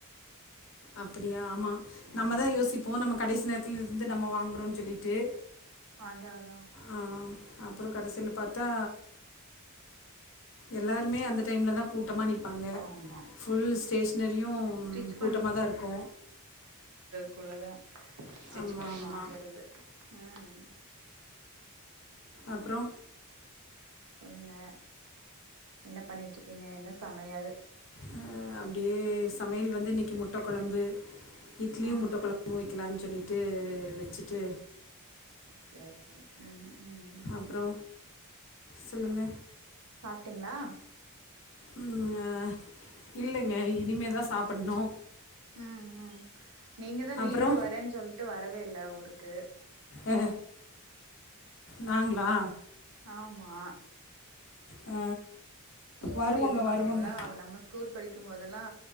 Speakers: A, on the left; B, on the right.
A: அப்டியா ஆமா
B: ம்
A: நம்ம தா யோசிப்போ நமக் கடைசி நேரத்தில்ல இருந்து நம்போ வாங்கோறோன் சொல்லிட்டு
B: அதாதா
A: ஆ அப்புறோ கடசில்ல பாத்தா எல்லாருமே அந்த டைம்ல தா கூ கூட்டமாக நிப்பாங்க
B: ஆமா
A: ஃபுல் ஸ்டேஷ்னரியு
B: ஸ்டிச்
A: கூட்டமாதா இருக்கு
B: குள்ளதா ஸ்டிச்
A: ஆமா
B: பண்ணி
A: ஆமா
B: வாங்கறது ம்
A: அப்புறோ
B: சொல்லுங்க என்ன பண்ணிட்டு இருக்கீங்க என்ன சமையல்
A: அ அப்டியே சமையல் வந்து இன்னிக்கி முட்டக் கொழம்பு இட்லியும்
B: ம்
A: முட்டை கொழம்பு வைக்கலான் சொல்லிட்டு வெச்சுட்டு
B: ஓகே ஓகே அ அ
A: அப்புறோ சொல்லுங்க
B: சாப்ட்டீங்களா
A: ம் அ இல்லைங்க இனிமேதா சாப்பர்ண்ணு
B: ம் ம் நீங்க தா
A: அப்புறோ
B: லீவுக்கு வரேன் சொல்ட்டு வரவே இல்ல ஊருக்கு
A: அ நாங்களா
B: ஆமா
A: அ
B: எப்படி
A: வருவோங்க
B: இருந்தோ
A: வருவோங்க
B: நம்மல்லா அவ நம்ம ஸ்கூல் படிக்கும்போதெல்லா